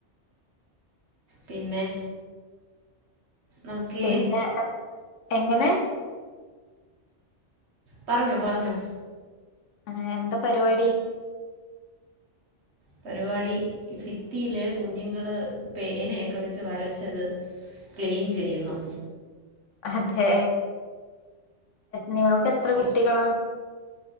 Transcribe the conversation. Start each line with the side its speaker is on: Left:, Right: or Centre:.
Right: പിന്നെ നമുക്കേ
Left: പിന്നെ എങ്ങനെ?
Right: പറഞ്ഞോ പറഞ്ഞോ
Left: ആ എന്താ പരിപാടി?
Right: പരിപാടി ഫിത്തിയില് കുഞ്ഞുങ്ങള് പേനയൊക്കെ വെച്ച് വരച്ചത് ക്ലീൻ ചെയ്യുന്നു.
Left: അതെ. നിങ്ങൾക്ക് എത്ര
Right: ഈ
Left: കുട്ടികളാ?